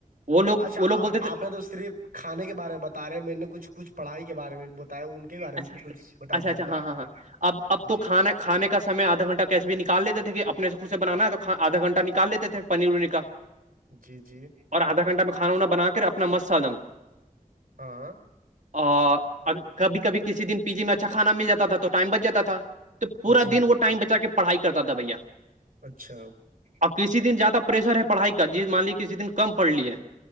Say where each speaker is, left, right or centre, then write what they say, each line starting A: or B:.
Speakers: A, on the right (about 60°); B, on the right (about 90°).
A: وہ لوگ
B: اچھا
A: وہ لوگ
B: آپ
A: بولتے تھے
B: آپ نے تو صرف کھانے کے بارے میں بتا رہے ہیں میں نے کچھ کچھڑھائی کے بارے میں بتایا ان <unintelligible>
A: اچھا
B: کچھ بتا
A: اچھا
B: دیجیے
A: اچھا
B: گا
A: ہاں ہاں ہاں اب اب تو
B: جی
A: کھانا کھے کا سم آدھا گھٹہ کیسے بھی نکال لیتے تھے کہ اپنے سے خود سے بنانا ہے تو آھا گھنٹ نکالتے تھے پانییر ویر <unintelligible>
B: جی جی
A: اور آھا گھنٹہ کھانا وانانا کر اپنا مست سے آدم <unintelligible>
B: ہاں
A: اور کبھی کبھی کسی دن پی جی میں اچھا کھانا مل جاتا تھا تو ٹائم بچ جاتا تھا تو پورا
B: جی
A: دن وہ ٹائم بچا کے پڑھائی کرتا تھا بھیا
B: اچھا
A: اور کسی دن زیادہ پریشر ہے پڑھائی کا جی مان لیے کسی دن کم پڑھ لیے